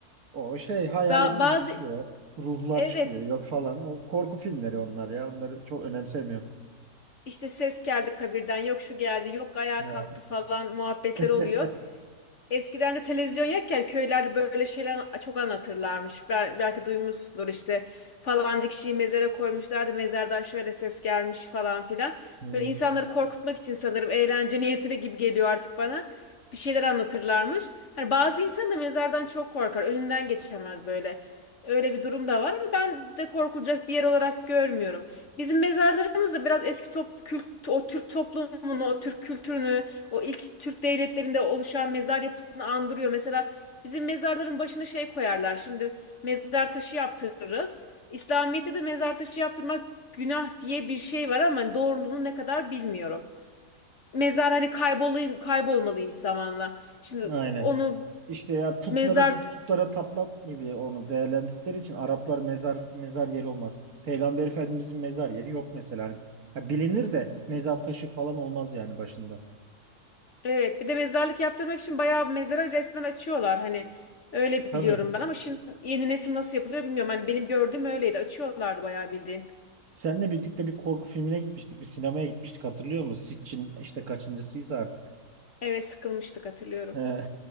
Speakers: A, on the right; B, on the left.
A: O şey hayalet
B: Ba- bazı
A: gibi çıkıyor. Ruhlar
B: evet
A: çıkıyor yok falan. O korku filmleri onlar ya. Onları çok önemsemiyorum.
B: İşte ses geldi kabirden, yok şu geldi, yok ayağa
A: Evet.
B: kalktı falan muhabbetler oluyor.
A: <laughs>
B: Eskiden de televizyon yokken köylerde böyle şeyler çok anlatırlarmış. Bel belki duymuşsundur işte falanca kişiyi mezara koymuşlardı. Mezardan şöyle ses gelmiş falan filan.
A: Hı,
B: Böyle insanları korkutmak için sanırım eğlence niyetine gibi geliyor artık bana. Bir şeyler anlatırlarmış. Hani bazı insan da mezardan çok korkar. Önünden geçemez böyle. Öyle bir durum da var ama ben de korkulacak bir yer olarak görmüyorum. Bizim mezarlarımız da biraz eski top, kült, o Türk toplumunu, o Türk kültürünü, o ilk Türk devletlerinde oluşan mezar yapısını andırıyor. Mesela bizim mezarların başına şey koyarlar. Şimdi mezar taşı yaptırırız. İslamiyet'te de mezar taşı yaptırmak günah diye bir şey var ama doğruluğunu ne kadar bilmiyorum. Mezar hani kaybolayım, kaybolmalıymış zamanla. Şimdi
A: Aynen.
B: onu
A: İşte ya putlara
B: mezar
A: putlara tapmak gibi onu değerlendirdikleri için Araplar mezar mezar yeri olmaz. Peygamber Efendimizin mezar yeri yok mesela. Hani, ha bilinir de mezar taşı falan olmaz yani başında.
B: evet bir de mezarlık yaptırmak için bayağı bir mezara resmen açıyorlar hani öyle
A: Tabii.
B: biliyorum ben ama şimdi yeni nesil nasıl yapılıyor bilmiyorum. Hani benim gördüğüm öyleydi. Açıyorlardı bayağı bildiğin.
A: Seninle birlikte bir korku filmine gitmiştik. Bir sinemaya gitmiştik hatırlıyor musun? Sitchin işte kaçıncısıyız artık.
B: Evet sıkılmıştık hatırlıyorum.
A: He.